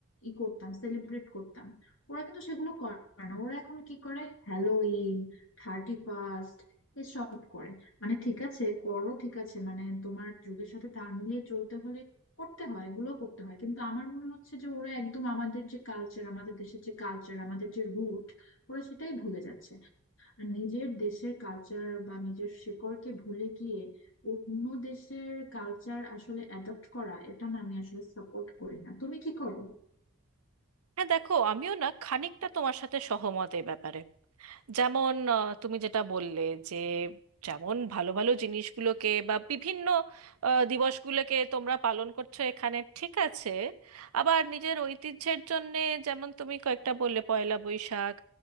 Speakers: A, on the left; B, on the right.
A: ই করতাম সেলিব্রেট করতাম ওরা কিন্তু সেগুলো করে না ওরা এখন কি করে হ্যালোইন থার্টি ফার্স্ট এসব করে মানে ঠিক আছে করো ঠিক আছে মানে তোমার যুগের সাথে তাল মিলিয়ে চলতে হলে করতে হয় এগুলো করতে হয় কিন্তু আমার মনে হচ্ছে যে ওরা একদম আমাদের যে কালচার আমাদের দেশের যে কালচার আমাদের যে রুট ওরা সেটাই ভুলে যাচ্ছে আর নিজের দেশের কালচার বা নিজের শিকড়কে ভুলে গিয়ে অন্য দেশের কালচার আসলে অ্যাডপ্ট করা এটা না আমি আসলে সাপোর্ট করি না তুমি কি করো
B: হ্যাঁ দেখো আমিও না খানিকটা তোমার সাথে সহমত এ ব্যাপারে যেমন আহ, তুমি যেটা বললে যে যেমন ভালো ভালো জিনিসগুলোকে বা বিভিন্ন আহ, দিবসগুলোকে তোমরা পালন করছো এখানে ঠিক আছে আবার নিজের ঐতিহ্যের জন্যে যেমন তুমি কয়েকটা বললে পয়লা বৈশাখ